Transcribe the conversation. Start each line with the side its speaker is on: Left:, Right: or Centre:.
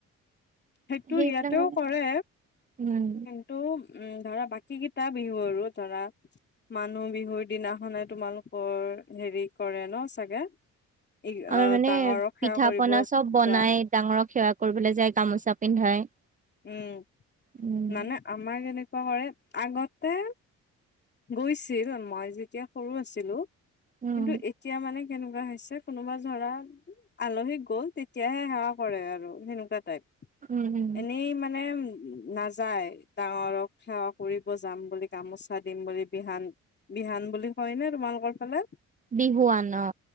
Left: সেইটো
Right: সেইবিলাক
Left: ইয়াতেও
Right: মানে
Left: কৰে
Right: উম
Left: কিন্তু উম ধৰা বাকী কেইটা বিহু আৰু ধৰা মানুহ বিহুৰ দিনাখনে তোমালোকৰ হেৰি কৰে ন চাগে। ই
Right: আমাৰ মানে
Left: ডাঙৰক সেৱা
Right: পিঠা
Left: কৰিব
Right: পনা চব বনাই
Left: যোৱা
Right: ডাঙৰক সেৱা কৰিবলৈ যায়। গামোচা পিন্ধাই।
Left: উম
Right: উম
Left: মানে আমাৰ এনেকোৱা কৰে আগতে গৈছিল মই যেতিয়া সৰু আছিলো।
Right: উম
Left: কিন্তু এতিয়া মানে। সেনেকোৱা হৈছে কোনোবা ধৰা আলহী গ'ল তেতিয়াহে সেৱা কৰে আৰু সেনেকোৱা টাইপ।
Right: উম উম
Left: এনেই মানে নাযায় ডাঙৰক সেৱা কৰিব যাম বুলি গামোচাত দিম বুলি বিহান বিহান বুলি কয় নে তোমালোকৰ ফালে
Right: বিহুৱান অ